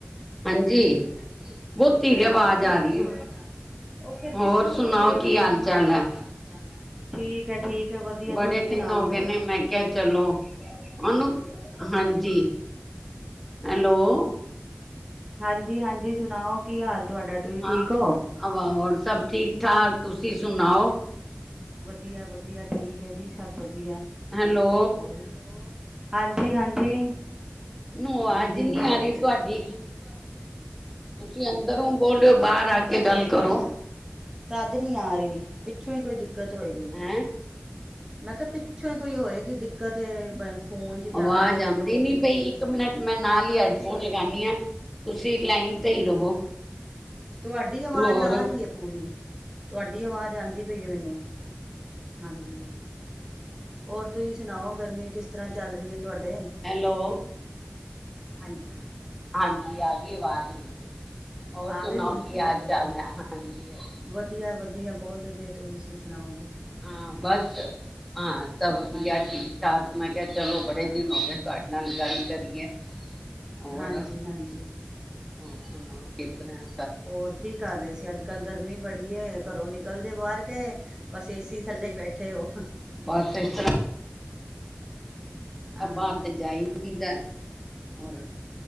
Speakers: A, in the centre; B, on the right (about 15°).
A: ਹਾਂਜੀ
B: ਹਾਂਜੀ,
A: ਬਹੁਤ ਧੀਰੇ
B: ਹੋਰ
A: ਆਵਾਜ਼
B: ਮੈਂ ਕਿਹਾ ਠੀਕ
A: ਆ ਰਹੀ
B: ਧੀਰੇ ਆਵਾਜ
A: ਹੈ
B: ਆ ਰਹੀ। ਉਹ ਫੇਰ
A: ਹੋਰ
B: ਪਿੱਛੋਂ
A: ਸੁਣਾਓ
B: ਕੋਈ ਨ, ਕੀ
A: ਹਾਲ ਚਾਲ ਹੈ
B: ਹਾਲ- ਚਾਲ ਠੀਕ ਹੈ ਠੀਕ ਵਧੀ
A: ਬੜੇ ਦਿਨ
B: ਸੁਣਾਓਲ
A: ਹੋ ਗਏ ਨੇ ਮੈਂ ਕਿਹਾ ਚਲੋ ਉਹਨੂੰ ਹਾਂਜੀ ਹੈਲੋ
B: <unintelligible> ਹਾਂਜੀ। ਜੀ ਹਾਂਜੀ ਸੁਣਾਓ ਕੀ ਹਾਲ ਤੁਹਾਡਾ ਤੁਸੀਂ
A: ਹਾਂ,
B: ਠੀਕ ਹੋ
A: ਆਵਾ ਹੋਰ ਸਭ ਠੀਕ -ਠਾਕ ਤੁਸੀਂ ਸੁਣਾਓ।
B: ਵਧੀਆ -ਵਧੀਆ ਠੀਕ ਹੈ ਜੀ ਸਭ ਵਧੀਆ ਵਧੀਆ
A: ਹੈਲੋ,
B: ਹੋਰ ਹਾਂਜੀ -ਹਾਂਜੀ
A: ਮੈਨੂੰ ਆਵਾਜ਼
B: ਹਾਂਜੀ,
A: ਨੀ
B: ਆਵਾਜ
A: ਆ ਰਹੀ ਤੁਹਾਡੀ।
B: ਨਹੀ ਅਆ ਰਹੀ ਤੁਹਾਡੀ
A: ਤੁਸੀਂ ਅੰਦਰੋਂ ਬੋਲ ਹੋ ਰਹੇ
B: ਕੋਈ
A: ਬਾਹਰ
B: ਦਿੱਕਤ
A: ਆ ਕੇ ਗੱਲ
B: ਹੋਏਗੀ
A: ਕਰੋ।
B: ਨਾ, ਤਦ ਨੀ ਆ ਰਹੀ ਉਛ ਹੀਈ ਦਿੱਤੀ ਦਿੱਕਤ ਹੋਏਗੀ।
A: ਹੈਂ,
B: ਮੈਂ ਕਿਹਾ ਪਿੱਛੋਂ ਹੀ ਕੋਈ ਹੋਏਗੀ ਦਿੱਕਤ ਫੋਨ ਚ
A: ਆਵਾਜ਼
B: ਜਾਂ ਕੋਈ
A: ਆਦੀ
B: ਪ੍ਰੋ
A: ਨੀ ਪਈ ਇੱਕ ਮਿੰਟ ਮੈਂ ਨਾਲ
B: ਨੈਟਵਰਕ
A: ਹੀ ਹੈਡਫੋਨ
B: ਚ ਹੋਏਗੀ
A: ਲਗਾਨੀ ਆ। ਤੁਸੀਂ ਲਾਈਨ ਤੇ ਹੀ ਰਵੋ।
B: ਤੁਹਾਡੀ ਆਵਾਜ਼
A: ਹੋਰ
B: ਆ ਰਹੀ ਹੈ ਪੂਰੀ, ਤੁਹਾਡੀ ਆਵਾਜ਼ ਆਦੀ ਪਈ ਹੈ ਮੈਨੂੰ ਹਾਂਜੀ। ਹੋਰ ਤੁਸੀਂ ਸੁਣਾਓ ਗਰਮੀ ਕਿਸ ਤਰ੍ਹਾਂ ਚੱਲ ਰਹੀ ਹੈ। ਤੁਹਾਡੇ
A: ਹੈਲੋ ਹਾਂਜੀ ਹਾਂਜੀ ਆ ਗਈ ਅਵਾਜ਼ ਹੁਣ ਜੀ ਹੋਰ
B: ਆ
A: ਸੁਣਾਓ
B: ਗਈ ਹੈ
A: ਕੀ ਹਾਲ
B: ਚਲੋ
A: ਚਾਲ
B: ਠੀਕ
A: ਐ ਹਾਂਜੀ, ਹਾਂਜੀ।
B: ਵਧੀਆ ਵਧੀਆ ਬਹੁਤ ਵਧੀਆ ਤੁਸੀ ਸ ਸੁਣਾਓਗੇ।
A: ਹਾਂ ਬਸ ਹਾਂ ਤਾਂ ਵਧੀਆ
B: ਹਾਂਜੀ
A: ਠੀਕ ਠਾਕ ਮੈਂ ਕਿਹਾ ਚਲੋ ਬੜੇ
B: ਹਾਂਜੀ
A: ਦਿਨ ਹੋ ਗਏ ਤੁਹਾਡੇ ਨਾਲ ਗੱਲ ਕਰੀਏ। ਹੋਰ
B: ਹਾਂਜੀ ਹਾਂਜੀ,
A: ਹੋਰ ਸੁਣਓ ਕਿਸ ਤਰ੍ਹਾਂ ਐ
B: ਹੋਰ ਕੀ ਕਰ ਰਹੇ ਸੀ, ਅੱਜ ਕੱਲ ਗਰਮੀ ਬੜੀ ਆ, ਘਰੋਂ ਨ ਕਲ ਦੇ ਬਾਹਰ ਕੇ ਬਸ ਏਸੀ ਥੱਲੇ ਬੈਠੇ ਉਹ
A: ਬਸ ਇਸ ਤਰ
B: ਹਾਂ
A: ਬਾਹਰ, ਤੇ ਜਾਈ ਨਿਦਾ। ਹੋਰ